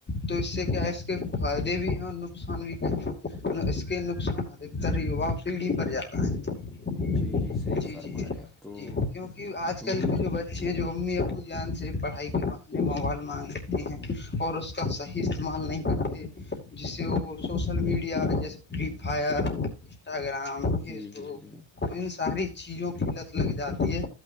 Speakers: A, on the left (about 20°); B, in the centre.
A: تو اس سے کیا ہے اس کے فائدے بھی ہیں اور نقصان بھی ہیں اس کے نقصان ادھکتر یوا پیڑھی پر جاتا ہے
B: جی صحیح
A: جی
B: فرما
A: جی
B: رہے ہیں آپ تو
A: جی کیونکہ آج
B: دور
A: کل کے جو بچے جو امی ابو جان سے پڑھائی کے بنے مال مانگ لیتے ہیں اور اس کا صحیح استعمال نہیں کرتے جس سے وہ سوشل میڈیا جیسے فری فائر انسٹاگرام فیس
B: جی جی
A: بک
B: جی
A: ان ساری چیزوں کو قلت لگ جاتی ہے